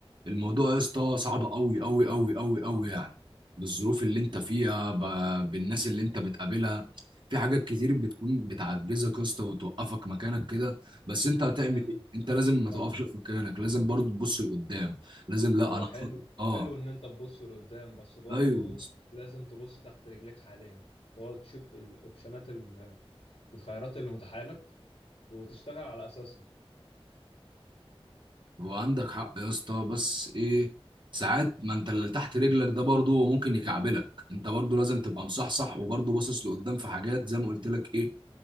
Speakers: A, on the right; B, on the left.
A: الموضوع يا اسطى صعب قوي قوي قوي قوي قوي يعني بالظروف اللي انت فيها ب- بالناس اللي انت بتقابلها في حاجات كتير بتكون بتعجزك يا اسطى وتوقفك مكانك كده بس انت هتعمل
B: فاهم
A: ايه انت لازم ما
B: فاهمك
A: تقفش في
B: فاهم.
A: مكانك لازم برضه تبص لقدام لازم لا
B: هو
A: انا
B: حلو
A: خط... اه
B: حلو ان انت تبص لقدام بس برضو
A: ايوه
B: لازم تبص تحت رجليك حاليا تقعد تشوف الاوبشنات ال- الخيارات اللي متاحه لك وتشتغل على اساسها
A: هو عندك حق يا اسطى بس ايه ساعات ما انت اللي تحت رجلك ده برضه هو ممكن يكعبلك انت برضه لازم تبقى مصحصح وبرضه باصص لقدام في حاجات زي ما قلت لك ايه